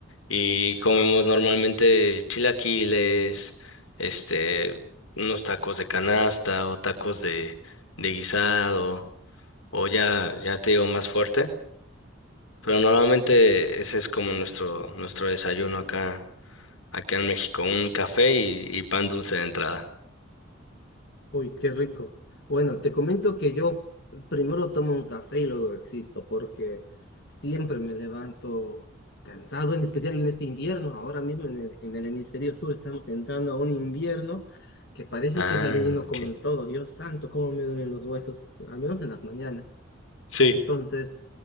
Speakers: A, on the left (about 80°); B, on the left (about 55°).
A: y comemos normalmente chilaquiles, este, unos tacos de canasta o tacos de, de guisado, o ya, ya te digo más fuerte, pero normalmente ese es como nuestro, nuestro desayuno acá Acá en México, un café y, y pan dulce de entrada.
B: Uy, qué rico. Bueno, te comento que yo primero tomo un café y luego existo, porque siempre me levanto cansado, en especial en este invierno. Ahora mismo en el, en el hemisferio sur estamos entrando a un invierno que parece
A: Ah,
B: que está viniendo con
A: ok.
B: todo. Dios santo, cómo me duelen los huesos, al menos en las mañanas.
A: Sí,
B: Entonces,